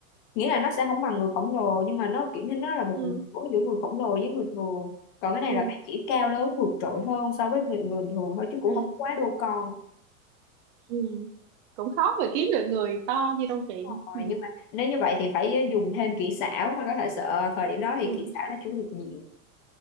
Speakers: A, on the left; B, on the right.
A: nghĩa là nó sẽ không bằng người khổng lồ nhưng mà nó kiểu như nó là một
B: ừ
A: của giữa người khổng lồ với người thường còn cái này
B: ừ
A: là bác chỉ cao lớn vượt trội hơn so với người, người thường thôi chứ cũng
B: ừ
A: không quá đô con
B: ừ cũng khó mà kiếm được người to như trong truyện
A: rồi
B: <laughs> ừ
A: nhưng mà nếu như vậy thì phải dùng thêm kỹ xảo mà có thể sợ thời điểm đó thì
B: ừ
A: kỹ xảo nó chưa được nhiều